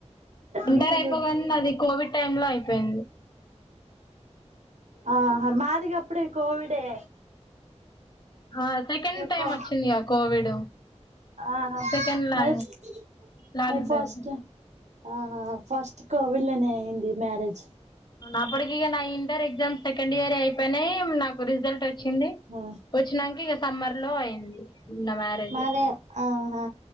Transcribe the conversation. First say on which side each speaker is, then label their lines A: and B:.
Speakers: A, on the left; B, on the right.
A: ఇంటర్
B: మీద
A: అయిపోగా
B: చూడు
A: అది కోవిడ్ టైమ్ లో అయిపోయింది
B: ఆహా మాదిగా అప్పుడే కోవిడే
A: ఆ సెకండ్
B: ఇగ
A: టైమ్
B: కో
A: వచ్చిందిగా కోవిడ్
B: ఆహా
A: సెకండ్ ల్యా
B: మరి
A: లాక్డౌన్
B: మరి ఫస్ట్ ఆహా ఫస్ట్ కోవిళ్ళనే అయింది మ్యారేజ్
A: అప్పడుకిక నా ఇంటరెక్ట్ ఎగ్జామ్ సెకండ్ ఇయర్ అయిపోయినాయి నాక్ జల్ట్ వచ్చింది
B: ఆ
A: వచ్చినాక సమ్మర్ లో అయింది నా మ్యారేజ్
B: మరి ఆహా